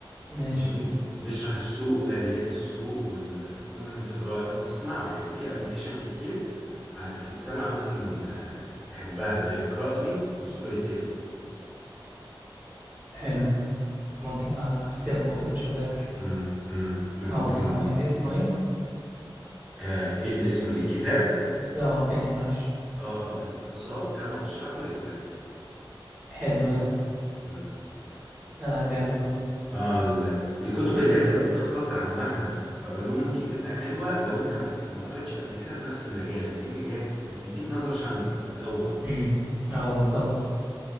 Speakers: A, on the right; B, in the centre.
A: ماشي
B: فاهمني بي- بيشرح السوق واليات السوق وال... ممكن تقراه او تسمعه يعني في ابلكيشن كتير ع- في السمع ممكن آه، تحبها زي اقرأ لي وستوري تيل
A: حلو ممكن اقسمه كده شباتر
B: امم امم
A: او
B: ممكن
A: اسمعه يعني اسمه ايه
B: آه، ايه اللي اسمه إيه؟ الكتاب
A: اه تاني معلش
B: اه اه الاقتصاد كما اشرحه لابنتي
A: حلو ده
B: امم ك-
A: آه، جامد والله
B: اه ال- الكتب اللي هي بتبقى بتختصر عامة علوم دي بتبقى حلوة لو انت ما ك- ما قريتش قبل كده في نفس المجال فاهمني هي بتديك نظرة شاملة الأول
A: امم اه بالظبط